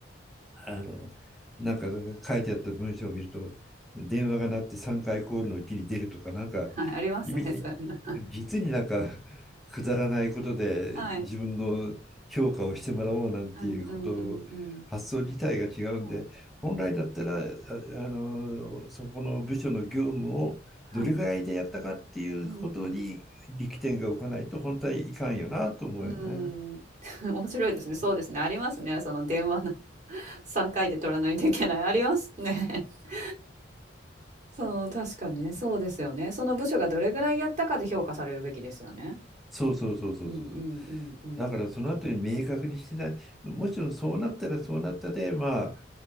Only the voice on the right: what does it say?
はい、ありますね、
そういうの。
はい。うんうんうんうん。はい。
はい。うんうん。うん。<laughs> 面白いですね。そうですね。ありますね。その電話の <laughs> 3回で取らないといけない。ありますね。<laughs> そう、確かにね。そうですよね。その部署がどれぐらいやったかで評価されるべきですよね。
うんうんうんうん。